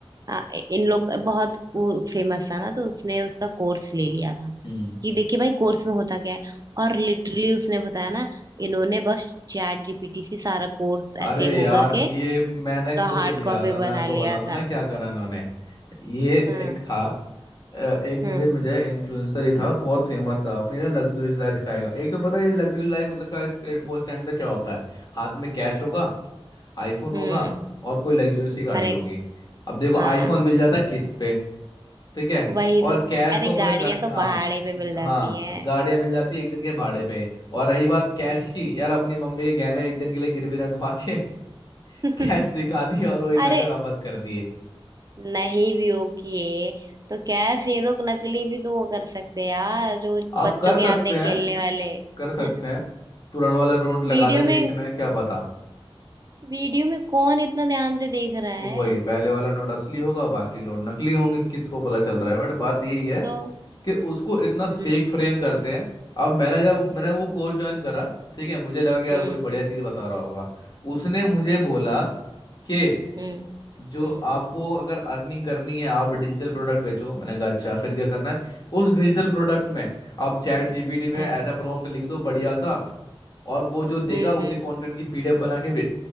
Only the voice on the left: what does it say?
हम्म
अरे
यार
ये मैंने
खुद
लिया
था मैं
आपको
बता दूं
ना क्या करा इन्होंने ये
एक था अ, एक मुझे
मुझे इन्फ्लुएंसर ही था बहुत फेमस था अपनी ना लग्जरीज लाइफ दिखाएगा एक तो पता है लग्जरी लाइफ का स्टे- वो स्टैंडर्ड क्या होता है हाथ में कैश होगा आईफोन
होगा और कोई लग्जरी सी गाड़ी
होगी अब देखो
आईफोन मिल जाता किस्त पे ठीक है
और
कैश
तो अपने
घर
हाँ
हाँ
गाड़ियां मिल जाती है एक दिन के भाड़े पे और रही बात कैश
की यार अपनी मम्मी के गहने एक दिन के लिए गिरवी रखवा के <laughs>
कैश दिखा दिया और वही
पैसे वापस कर दिए
आप
कर
सकते
हैं
कर सकते
हैं तुरंत वाला नोट लगा
दे
बीच में क्या पता
वही पहले वाला नोट असली होगा बाकी नोट नकली होंगे किसको पता चल रहा है बट बात यही है
कि उसको इतना
फेक फ्रेम करते हैं अब मैंने जब मैंने वो कोर्स ज्वाइन करा ठीक है मुझे लगा कि यार
कोई बढ़िया चीज़ बता रहा होगा उसने मुझे
बोला कि
जो
आपको अगर अर्निंग करनी है आप डिजिटल प्रोडक्ट बेचो मैंने कहा अच्छा फिर क्या करना है उस डिजिटल प्रोडक्ट में आप चैट जीपीटी में
ऐसा प्रॉम्प्ट लिख दो बढ़िया सा आप, और वो जो देगा
उसी
कंटेंट की पीडीएफ बना के भे,